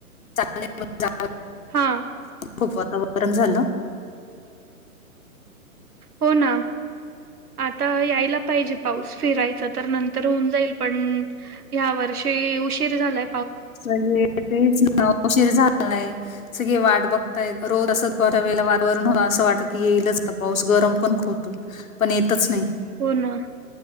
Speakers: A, on the left; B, on the right.
A: चांग जा.
B: हां.
A: खूप वातावरण झालं.
B: हो ना. आता यायला पाहिजे पाऊस फिरायचं तर नंतर होऊन जाईल पण. ह्या वर्षी उशीर झाला.
A: सेतहीच ना उशीर झालाय. सगळे वाट बघताय रोज असं बऱ्या वेळेला वातावरण हो असं वाटत की येईलच आता पाऊस गरम पण खुप होत पण येतच नाही
B: हो ना